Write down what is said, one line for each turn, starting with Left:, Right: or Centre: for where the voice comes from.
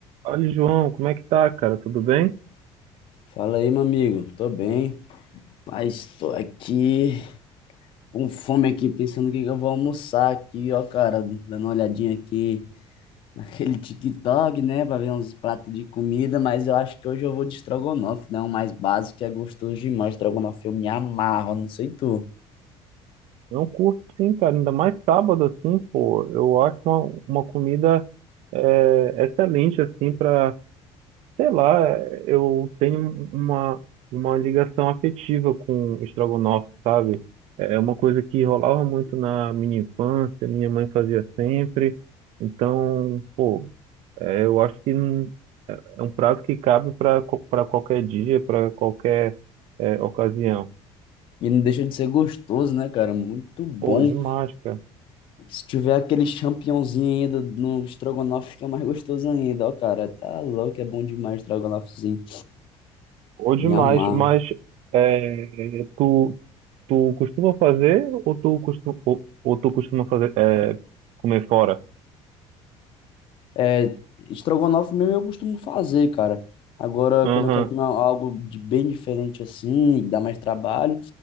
Right: Olha, João, como é que tá, cara? Tudo bem?
Left: Fala aí, meu amigo. Tô bem. Rapaz, tô aqui com fome aqui, pensando o que que eu vou almoçar aqui, ó, cara. Dando uma olhadinha aqui <laughs> naquele TikTok, né? Pra ver uns pratos de comida, mas eu acho que hoje eu vou de estrogonofe, né? O mais básico que é gostoso demais. Estrogonofe eu me amarro, não sei tu.
Right: Não curto sim, cara. Ainda mais sábado, assim, pô. Eu acho uma, uma comida é, excelente, assim, pra, sei lá, eu tenho uma, uma ligação afetiva com estrogonofe, sabe? É é uma coisa que rolava muito na minha infância, minha mãe fazia sempre. Então, pô, é, eu acho que hum, é um prato que cabe para para qualquer dia, para qualquer é, ocasião.
Left: E não deixa de ser gostoso, né, cara? Muito bom.
Right: Pô, demais, cara.
Left: Se tiver aquele champignonzinho ainda no estrogonofe, fica mais gostoso ainda, ó, cara. Tá louco, é bom demais o estrogonofezinho.
Right: Ou demais,
Left: Me amarro.
Right: mas é, tu, tu costuma fazer ou tu costuma, ou, ou tu costuma fazer é, comer fora?
Left: É, estrogonofe mesmo eu costumo fazer, cara. Agora,
Right: Aham,
Left: quando eu quero comer algo de bem diferente assim, que dá mais trabalho,